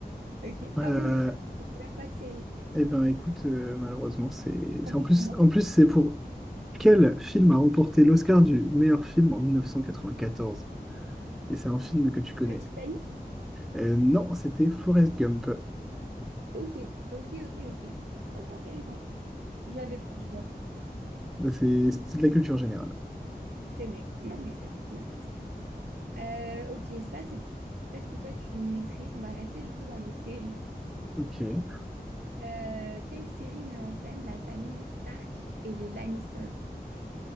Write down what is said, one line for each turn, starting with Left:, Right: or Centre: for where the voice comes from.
Right: Ok.
Centre: Euh,
Right: Ah non, mais je ne regarde pas de série.
Centre: eh ben écoute, euh, malheureusement, c'est
Right: Tant
Centre: c'est-
Right: pis
Centre: en plus,
Right: pour moi.
Centre: en plus c'est pour quel film a remporté l'Oscar du meilleur film en 1994? Et c'est un film que tu connais.
Right: Le Titanic?
Centre: Euh, non, c'était Forrest Gump.
Right: Ok, ok, ok, ok. Ok, intéressant. Je l'avais pas, tu vois.
Centre: Bah, C'est c'est de la culture générale.
Right: C'est vrai. Non, mais c'est vrai, c'est ma faute. Euh, ok, ça, c'est peut-être que toi, tu maîtrises. On va rester du coup dans les séries.
Centre: Ok. <laughs>
Right: Euh, quelle série met en scène la famille Stark et les Lannister?